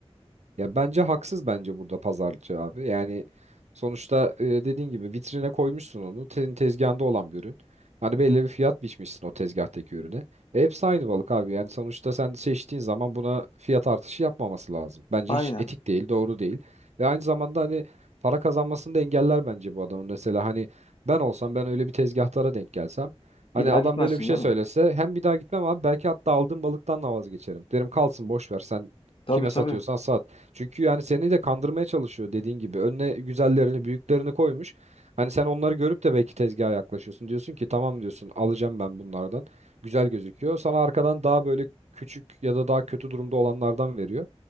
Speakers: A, on the right; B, on the left.
A: Ya bence haksız bence burada pazarcı abi. Yani sonuçta e, dediğin gibi vitrine koymuşsun onu. Senin tezgahında olan bir ürün. Hani belli bir fiyat biçmişsin o tezgahtaki ürüne. E, hepsi aynı balık abi. Yani sonuçta sen seçtiğin zaman buna fiyat artışı yapmaması lazım. Bence
B: Aynen.
A: hiç etik değil, doğru değil. Ve aynı zamanda hani para kazanmasını da engeller bence bu adamın. Mesela hani ben olsam ben öyle bir tezgahtara denk gelsem. Hani
B: Bir daha
A: adam
B: gitmezsin
A: böyle bir şey
B: değil
A: söylese
B: mi?
A: hem bir daha gitmem abi belki hatta aldığım balıktan da vazgeçerim. Derim kalsın boş ver sen
B: Tabii
A: kime
B: tabii.
A: satıyorsan sat. Çünkü yani seni de kandırmaya çalışıyor dediğin gibi. Önüne güzellerini, büyüklerini koymuş. Hani sen onları görüp de belki tezgaha yaklaşıyorsun. Diyorsun ki tamam diyorsun alacağım ben bunlardan. Güzel gözüküyor. Sana arkadan daha böyle küçük ya da daha kötü durumda olanlardan veriyor.